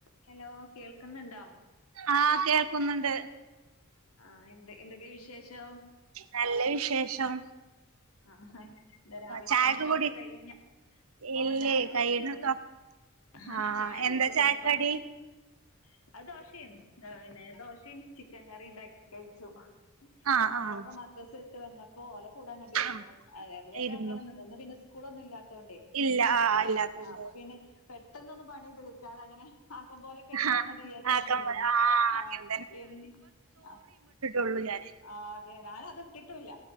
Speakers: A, on the left; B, on the right.
A: Hello കേൾക്ക്ന്ന്ണ്ടൊ?
B: ആഹ് കേൾക്കുന്നുണ്ട്.
A: ആ എന്ത എന്തൊക്കെ വിശേഷം.
B: നല്ല വിശേഷം.
A: ആഹ് ഇന്താ രാവിൽത്തെ
B: ചായക്കെ
A: പണികളൊക്കെ
B: കുടി
A: കഴിഞ്ഞോ? ഓഹ്
B: ഇല്ലേ
A: ചായ കുടിച്ചു.
B: കൈയ്യിണടത്തോ
A: ഹാ
B: ആഹ്
A: ചായ കുടിച്ചു.
B: എന്താ ചായക്കടി
A: ഇഞ്ഞ് വാക്ക്യാെക്കെ. അഹ് ദോശേന്നു. പിന്നെ ദോശിം ചിക്കൻ കറി ഇണ്ടാക്കി കഴിച്ചു.
B: ആഹ്
A: അപ്പം മക്കളൊക്കെ
B: ആഹ്
A: മദ്രസ വിട്ട് വന്നപ്പോ ഓല കൂടെ അങ്ങട്ട് ഇരുന്നു.
B: ആഹ്
A: അഹ് അത് വരെ
B: ഇരുന്നു
A: അങ്ങനെ നിന്ന്. ഇന്ന് പിന്നെ സ്കൂ കൂളൊന്നും ഇല്ലാത്തൊണ്ടെ.
B: ഇല്ല ആഹ് ഇല്ലാത്തോണ്ട്
A: ആ അപ്പൊ പിന്നെ പെട്ടെന്നൊന്നും പണി തീർ ക്കാതെ അങ്ങനെ ആക്കം പോലെക്കെ എടുത്താ
B: ആഹ്
A: മതി വിചാരിച്ച്
B: ആക്കം
A: അങ്ങനെ എ <unintelligible> ആഹ്
B: അങ്ങനെ
A: എൻ ആഹ്.
B: ഒള്ളു ഞാന്
A: ആഹ് അതെ ഞാനത് ട്ട്ട്ടൂല്ല